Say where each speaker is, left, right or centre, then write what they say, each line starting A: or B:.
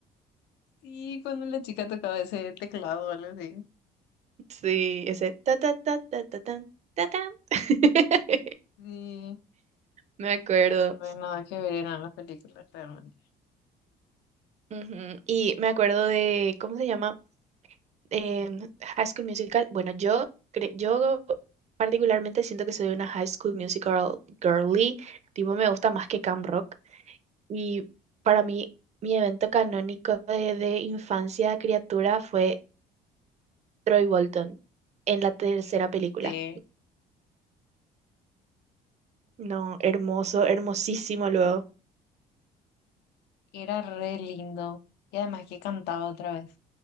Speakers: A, on the left; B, on the right.
A: Sí, cuando la chica tocaba ese teclado o algo así.
B: Sí, ese ta ta ta ta ta tan, ta tan. <laughs>
A: Sí.
B: Me acuerdo.
A: No, pero re nada que ver eran las películas realmente.
B: Ujú, Y me acuerdo de, ¿cómo se llama? Em, High School Musical. Bueno, yo, cre- yo particularmente siento que soy una High School Musical girly. Tipo, me gusta más que Camp Rock. Y para mí, mi evento canónico de, de infancia, criatura, fue Troy Bolton en la tercera
A: Uy,
B: película.
A: sí.
B: No, hermoso, hermosísimo luego.
A: Y era re lindo. Y además que cantaba otra vez.